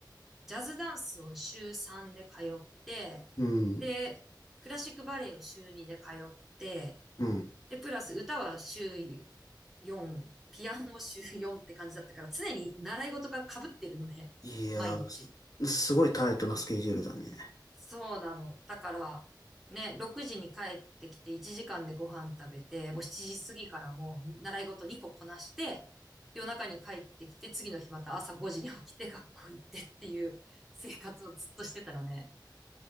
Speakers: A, in the centre; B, on the left.
A: ジャズダンスを週3で通って、
B: う。うん。
A: で、クラシックバレエを週2で通って、
B: うん。
A: で、プラス歌は週4、ピアノも週4って感じだったから、常に習い事が被ってるのね。
B: いやー、
A: 毎日。
B: すすごいタイトなスケジュールだね。
A: そうなの。だから、ね、6時に帰ってきて1時間でご飯食べて、もう7時過ぎからもう習い事2個こなして、夜中に帰ってきて、次の日また朝5時に起きて学校行ってっていう生活をずっとしてたのね。